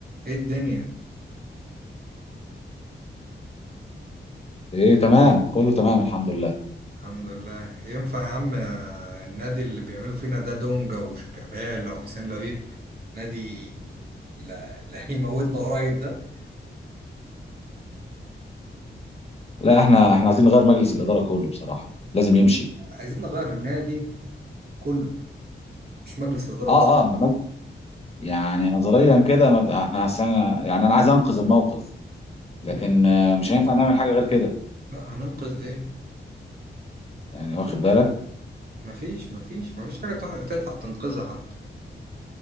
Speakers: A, on the right; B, on the left.
A: ايه الدنيا
B: ايه تمام كله تمام الحمد لله
A: الحمد لله ينفع يا عم النادي اللي بيعملوا فينا ده دونجا وشيكابالا وحسين لبيب نادي لا, لا هيموتنا قريب ده
B: لا احنا احنا عايزين نغير مجلس الاداره كله بصراحه لازم يمشي
A: عايزين نغير النادي كله مش مجلس إدارة
B: اه
A: بس
B: اه مج... يعني نظريا كده ما- احنا عشان يعني انا عايز انقذ الموقف لكن
A: لا
B: آه، مش هينفع نعمل حاجه غير كده
A: لا، هننقذ ايه
B: يعني
A: مفيش
B: واخد بالك
A: مفيش مفيش مفيش حاجة تع- تلحق تنقذها حتى